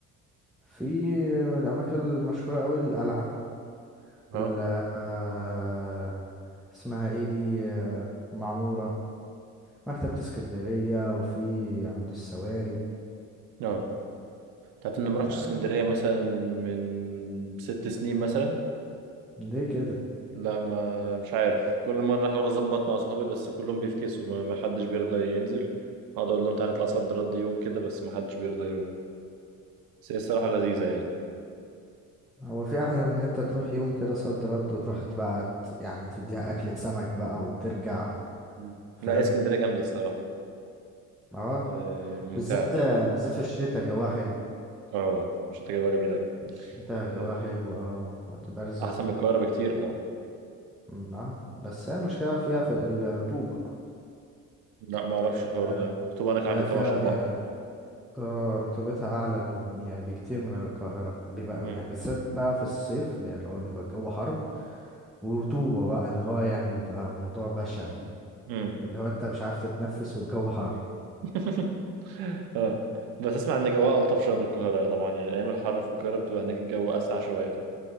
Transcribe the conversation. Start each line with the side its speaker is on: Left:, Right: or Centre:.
Centre: في من الأماكن المشهورة أوي القلعة
Right: اه
Centre: ال آه، اسمها ايه دي آه، معمورة مكتبة اسكندرية وفي عمود السواري
Right: اه تعرف اني ما
Centre: آه،
Right: رحتش اسكندريه مثلا من ست سنين مثلا
Centre: دي كده
Right: لا ما مش عارف كل مره احاول اظبط مع اصحابي بس كلهم بيفكسوا ما ما حدش بيرضى ينزل اقعد اقول لهم تعالى نطلع صد رد يوم كده بس ما حدش بيرضى يروح بس هي الصراحه لذيذه يعني
Centre: هو في احلى
Right: آه.
Centre: من ان انت تروح يوم كده صد رد وتروح بقى ت- يعني تديها اكلة سمك بقى وترجع
Right: مم.
Centre: فاهم
Right: لا هي اسكندريه جامده الصراحه
Centre: اه
Right: آه، ممتعه
Centre: بالذات بالذات في الشتاء جواها حلو
Right: اه مش تجربه جميله أوي.
Centre: في الشتاء
Right: آه،
Centre: جواها حلو اه ما بتبقاش زحمة
Right: احسن من القاهره بكتير طبعا
Centre: أمم، اه بس هي المشكلة فيها في الرطوبة
Right: لا ما اعرفش الحوار
Centre: آه،
Right: ده رطوبة هناك عالية
Centre: هي
Right: طبعا
Centre: فيها
Right: عشان البحر
Centre: يعني اه رطوبتها اعلى ب- يعني بكتير من القاهرة بيبقى
Right: امم
Centre: يعني بالذات بقى في الصيف بي- اللي هو بيبقى الجو حر ورطوبة بقى اللي هو يعني بيبقى موضوع بشع يعني
Right: امم
Centre: اللي هو انت مش عارف تتنفس والجو حر
Right: <laughs> اه بس اسمع ان جوها الطف شويه من القاهره يعني طبعا يعني ايام الحر في القاهره بتبقى هناك الجو اسقع شويه طبعا